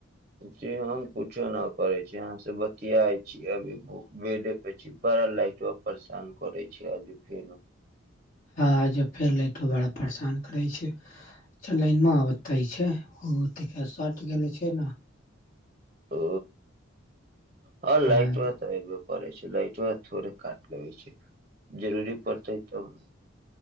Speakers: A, on the right; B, on the left.
A: जी हम कुछो न करै छी यहाँ से बतिया छी अभी बेड पराल राही छि। परेशान करै छै आजु फेर
B: आ जब फेर लाइट बड़ा परेशान करै छै चलनते छै ओत सर्ट गेले छै ने
A: ओ। हँ लाट
B: हां
A: ब त पड़े छै लाइट आ थड़े काट ले होै छै। जरूरी पड़तै ह तब